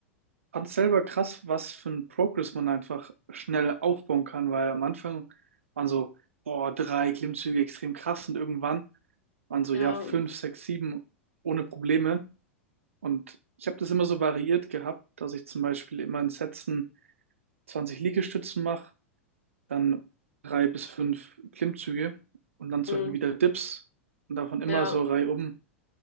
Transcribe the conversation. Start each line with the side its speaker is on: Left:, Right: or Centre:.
Right: fand selber krass, was für ein Progress man einfach schnell aufbauen kann, weil am Anfang waren so, boah, drei Klimmzüge extrem krass und irgendwann waren so,
Left: ja.
Right: ja, fünf, sechs, sieben ohne Probleme. Und ich habe das immer so variiert gehabt, dass ich zum Beispiel immer in Sätzen 20 Liegestützen mache, dann drei bis fünf Klimmzüge und dann zum
Left: Mhm.
Right: Beispiel wieder Dips und davon immer
Left: Ja,
Right: so reihum,